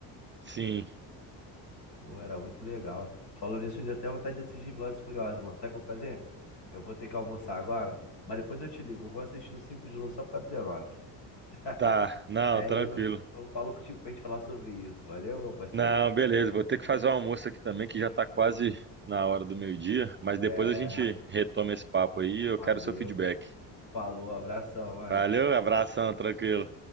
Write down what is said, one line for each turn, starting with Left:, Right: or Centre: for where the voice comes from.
Right: Sim,
Left: Pô, era muito legal. Falando nisso, me deu até vontade de assistir Velozes e Furiosos, mano. Sabe o que eu vou fazer? Eu vou ter que almoçar agora, mas depois eu te ligo. Eu vou assistir o 5 de novo só por causa do The Rock. <laughs>
Right: tá. Não,
Left: Aí
Right: tranquilo.
Left: eu, eu falo contigo pra gente falar sobre isso. Valeu, meu parceiro?
Right: Não, beleza. Vou ter que fazer o almoço aqui também, que já
Left: E-
Right: tá quase na hora do meio-dia. Mas
Left: É,
Right: depois a gente retoma esse papo aí. Eu
Left: valeu.
Right: quero seu feedback.
Left: Falou, abração, mano.
Right: Valeu, abração, tranquilo.